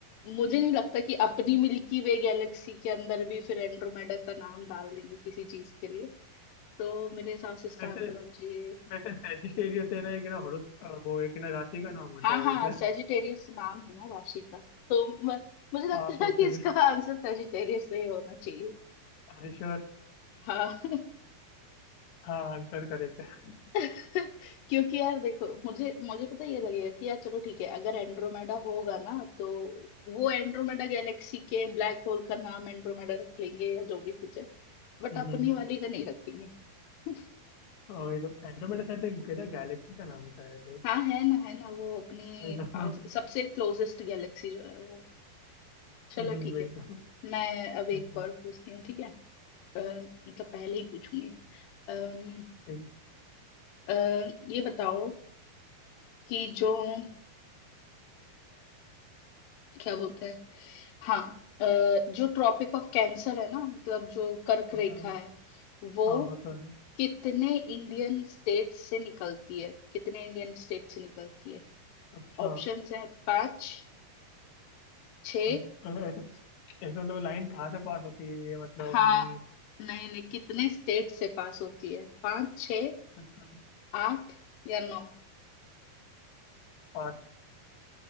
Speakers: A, on the left; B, on the left.
A: मुझे नहीं लगता कि अपनी मिल्की वे गैलेक्सी के अंदर भी फिर एंड्रोमेडा का नाम डाल देंगे किसी चीज के लिए तो मेरे हिसाब से इसका
B: वैसे
A: आंसर होना चाहिए
B: वैसे सेजिटेरियस है ना एक ना हॉरोस वो एक ना राशि का नाम होता
A: हाँ
B: है
A: हाँ
B: वैसे
A: सेजिटेरियस नाम है ना राशि का तो म, मुझे लगता
B: हाँ तो
A: है कि
B: फिर
A: इसका आंसर सेजिटेरियस नहीं होना चाहिए
B: हरीश्वर
A: हाँ
B: हाँ आंसर करेक्ट है
A: <laughs> क्योंकि यार देखो मुझे मुझे पता है ये लगेगा कि यार चलो ठीक है अगर एंड्रोमेडा होगा ना तो वो एंड्रोमेडा गैलेक्सी के ब्लैक होल का नाम एंड्रोमेडा रख लेंगे या जो भी कुछ है बट
B: हम्म
A: अपनी वाली का नहीं रखेंगे <laughs>
B: और ये तो एंड्रोमेडा शायद एक ना गैलेक्सी का नाम है शायद
A: हाँ है ना है ना वो अपने
B: वही तो
A: पास
B: <laughs>
A: सबसे क्लोजेस्ट गैलेक्सी जो है वो चलो
B: हम्म,
A: ठीक
B: वही
A: है
B: तो
A: मैं
B: हम्म,
A: अब एक
B: हम्म,
A: और पूछती हूँ ठीक है अ, मतलब पहले ही पूछूंगी अम्म
B: ठीक
A: अ, ये बताओ कि जो अ, क्या बोलते हैं हाँ अ, जो ट्रॉपिक ऑफ कैंसर है ना मतलब जो कर्क
B: होता
A: रेखा
B: है
A: है वो
B: हाँ होता है
A: कितने इंडियन स्टेट से निकलती है कितने इंडियन स्टेट से निकलती है
B: अच्छा
A: ऑप्शंस है पांच छ
B: अब- अब ऐसे ऐसे तो लाइन कहाँ से पास होती है ये मतलब
A: हाँ
B: अपने
A: नहीं नहीं कितने स्टेट से पास होती है पांच छ
B: अच्छा
A: आठ या नौ
B: पाँच